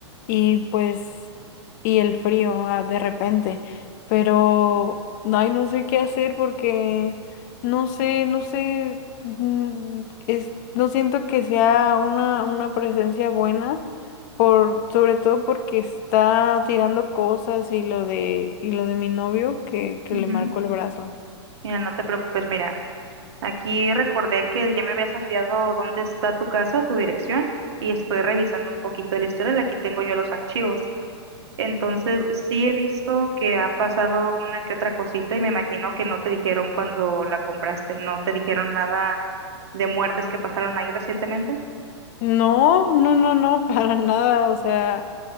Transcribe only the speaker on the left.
y pues, y el frío ah, de repente. Pero, no, ay, no sé qué hacer porque no sé, no sé, mm, es, no siento que sea una, una presencia buena, por, sobre todo porque está tirando cosas y lo de, y lo de mi novio que, que
le marcó el brazo.
No, no, no, no, para nada, o sea,